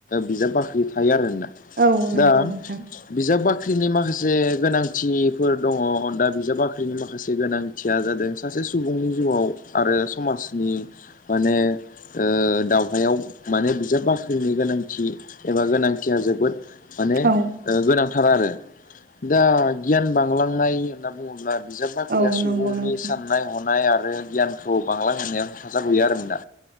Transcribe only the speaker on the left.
बिजाब बाख्रि थायो आरो ना।
दा
बिजाब बाख्रिनि माखासे जे गोनांथिनिफोर दङ। दा बिजाब बाख्रिनि माखासे गोनांथिया जादों सासे सुबुंनि जिउआव आरो समाजनि माने ओ दावहायाव माने बिजाब बाख्रिनि गोनांथि एबा गोनांथिया जोबोद माने
ओ गोनां थार आरो। दा गियान बांलांनाय होनना बुङोब्ला बिजाब बाख्रिया
सुबुंनि
साननाय हनाय आरो <unintelligible> बांलां होनायाव हेफाजाब गैया आरो बेना